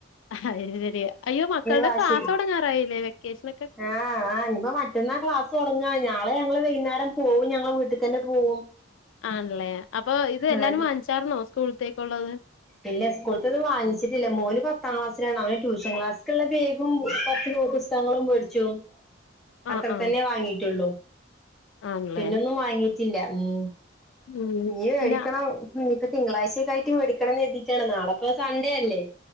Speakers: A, on the left; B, in the centre.
A: അയ്ശരിയ അയ്യോ മക്കളുടെ
B: വാശി
A: ക്ലാസ്സോടങ്ങാറായില്ലേ
B: പിടി
A: വെക്കേഷൻ
B: ആഹ് ആഹ് ഇനിപ്പ മറ്റന്നാ ക്ലാസ് തുടങ്ങാണ് നാളെ ഞങ്ങൾ വൈകുന്നേരം പോവും ഞങ്ങളെ വീട്ടിക്കന്നെ പോവും
A: ആണല്ലേ അപ്പൊ ഇത് എല്ലാരും
B: ആഹ്
A: വാങ്ങിച്ചാർന്നോ സ്കൂളത്തേക്കുള്ളത്
B: ഇല്ല പിന്നെ സ്കൂൾത്തത് വാങ്ങിച്ചിട്ടില്ല മോന് പത്താം ക്ലാസ്സിലാണ് അവന് ട്യൂഷൻ ക്ലാസ്ക്ക്ള്ള ബേഗും, കുറച്ച് പുസ തകങ്ങളും മേടിച്ചു അത്ര
A: ആഹ് ആഹ്
B: തന്നെ വാങ്ങിട്ടുള്ളൂ
A: ആണല്ലേ
B: പിന്നൊന്നും വാങ്ങിട്ടില്ല ഉം
A: ഉം
B: ഇഞ്ഞി മേടിക്കണം
A: പിന്നെ
B: ഇപ്പൊ തിങ്കളാഴ്ചക്കായിട്ട് മേ മേടിക്കണം കര്തീട്ടാണ് നാളെപ്പൊ സൺഡേ അല്ലേ